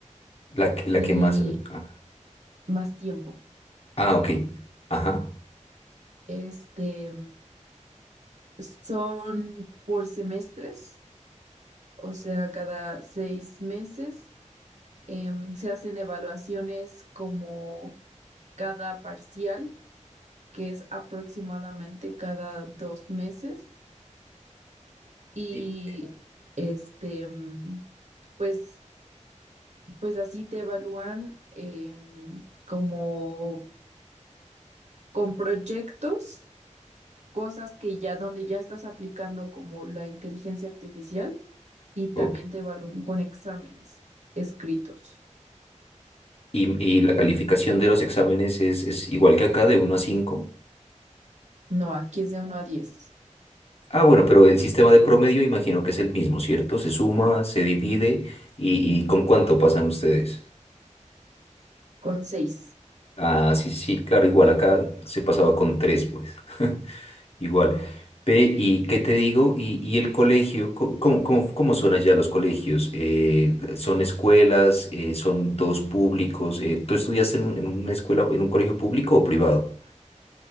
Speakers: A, on the left; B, on the right.
A: La, que- la
B: y
A: que más... Ah,
B: más tiempo.
A: ah, ok. Ajá.
B: Este. Son por semestres, o sea, cada seis meses em, se hacen evaluaciones como cada parcial, que es aproximadamente cada dos meses. Y
A: Y,
B: este, mm, pues, pues así te evalúan em, como con proyectos cosas que ya donde ya estás aplicando como la inteligencia artificial y también
A: ok.
B: te evalúan con exámenes escritos.
A: Y, y la calificación de los exámenes es, es igual que acá, de uno a cinco
B: No, aquí es de uno a diez
A: Ah, bueno, pero el sistema de promedio imagino que es el mismo, ¿cierto? Se suma, se divide y, y ¿con cuánto pasan ustedes?
B: con seis
A: Ah, sí, sí, sí, claro, igual acá se pasaba con tres, pues. <laughs> Igual. Ve, ¿y qué te digo? ¿Y, y el colegio? Co- ¿Cómo, cómo, cómo son allá los colegios? Eh, ¿son escuelas? Eh, ¿son todos públicos? Eh, ¿tú estudiaste en, un- en una escuela, en un colegio público o privado?